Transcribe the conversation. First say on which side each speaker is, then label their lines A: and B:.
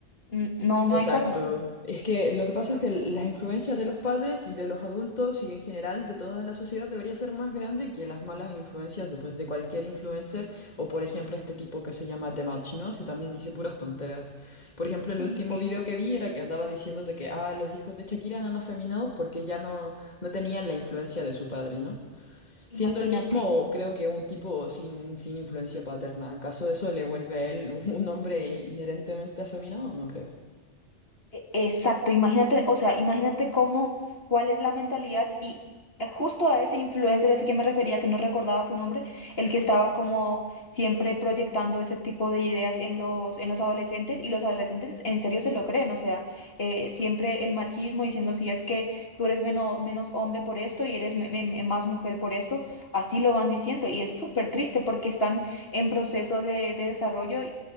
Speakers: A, on the left (about 55°); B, on the left (about 35°).
A: Mm, No, no
B: Exacto.
A: hay forma.
B: Es que lo que pasa es que las influencias de los padres y de los adultos y en general de toda la sociedad debería ser más grande que las malas influencias después de cualquier influencer o por ejemplo este tipo que se llama Temach, ¿no? Se también dice puras tonteras. Por ejemplo, el
A: Sí,
B: último
A: sí.
B: video que vi era que andaba diciéndote que ah, los hijos de Shakira eran afeminados porque ya no, no tenían la influencia de su padre, ¿no? Siendo
A: Imagínate.
B: el mismo, creo que un tipo sin, sin influencia paterna. ¿Acaso eso le vuelve a él <laughs> un hombre inherentemente afeminado? No creo.
A: E- Exacto, imagínate, o sea, imagínate cómo, cuál es la mentalidad y eh, justo a ese influencer, ese que me refería, que no recordaba su nombre, el que estaba como siempre proyectando ese tipo de ideas en los, en los adolescentes y los adolescentes en serio se lo creen, o sea, eh, siempre el machismo diciendo si es que tú eres menos, menos hombre por esto y eres me- me- me- más mujer por esto, así lo van diciendo y es súper triste porque están en proceso de, de desarrollo